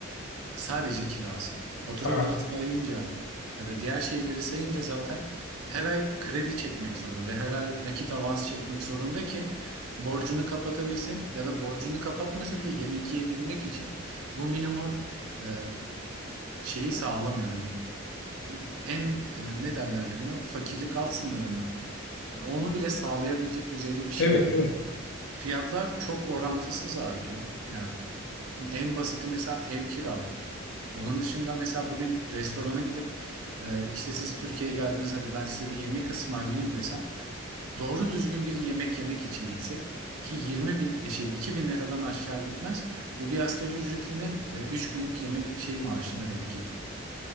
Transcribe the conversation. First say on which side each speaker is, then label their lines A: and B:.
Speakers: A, on the right; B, on the left.
A: Sadece kirası. Faturaları
B: Aa,
A: sayınca ya da diğer şeyleri sayınca zaten her ay kredi çekmek zorunda. Her ay nakit avans çekmek zorunda ki borcunu kapatabilsin ya da borcunu kapatmıyorsa bile yemek yiyebilmek için bu minimum e, şeyi sağlamıyor. Hani en e, ne derlerdi buna? Fakirlik alt sınırı mı? Ya onu bile sağlayabilecek düzeyde bir şey
B: evet,
A: yok.
B: evet,
A: Fiyatlar çok orantısız artıyor. Ya en basiti mesela ev kiraları. Onun dışında mesela bugün restorana gidip e, işte siz Türkiye'ye geldiniz hadi ben size bir yemek ısmarlayayım desem doğru düzgün bir yemek yemek için gitsek ki 20 bin e, şey iki bin liradan aşağı gitmez. Bu bir asgari ücretlinin e, 3 günlük yemek şey maaşına denk geliyor.